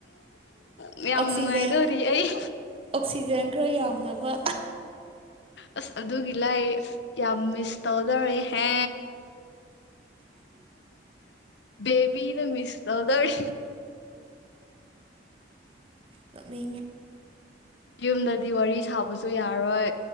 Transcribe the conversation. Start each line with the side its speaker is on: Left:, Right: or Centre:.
Left: ꯃꯌꯥꯝ
Right: ꯑꯣꯛꯁꯤꯖꯦꯟ
Left: ꯅꯨꯡꯉꯥꯏꯗꯧꯔꯤ ꯑꯩ
Right: ꯑꯣꯛꯁꯤꯖꯦꯟ ꯈꯔ ꯌꯥꯝꯅꯕ
Left: ꯑꯁ ꯑꯗꯨꯒꯤ ꯂꯥꯏ ꯑ ꯌꯥꯝ ꯃꯤꯁ ꯇꯧꯗꯧꯔꯦꯍꯦ ꯦꯕꯤꯗ ꯃꯤꯁ ꯇꯧꯗꯔ
Right: ꯀ ꯃꯤ
Left: ꯌꯨꯝꯗꯗꯤ ꯋꯥꯔꯤ ꯁꯥꯕꯁꯨ ꯌꯥꯔꯣꯏ